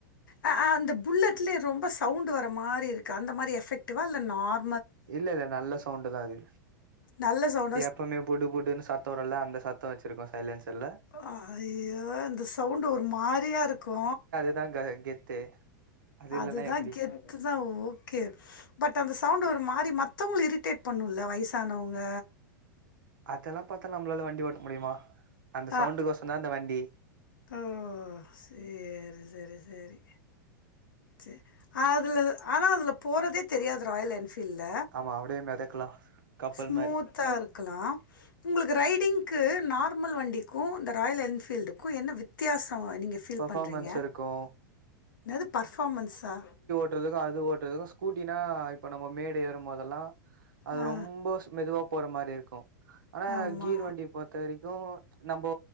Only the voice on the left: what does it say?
ஆ ஆ அந்த புல்லட்லே ரொம்ப சவுண்டு வர மாரி இருக்கு அந்த மாரி எஃபெக்டிவா இல்ல நார்
நல்ல சவு
அ ஐயோ இந்த சவுண்டு ஒரு மாரியா இருக்கு
அதுதா
கெத்து தா ஓகே பட் அந்த சவுண்டு ஒரு மாரி மத்தவங்ள இரிட்டேட் பண்ணுல்ல வய்சானவங்க
அ.
ஓ சேரி செரி செரி சேர் அதுல ஆனா அதுல போறதே தெரியாது ராயல் என்ஃபீல்ல
ஸ்மூத்தா
இருக்லா உங்களுக்கு ரைடிங்க்கு நார்மல் வண்டிக்கு இந்த ராயல் என்பீல்டுக்கு என்ன வித்யாச நீங்க ஃபீல்
பண்றீங்க
என்னது பர்ஃபாமன்ஸா
ஆ,
ஆமா.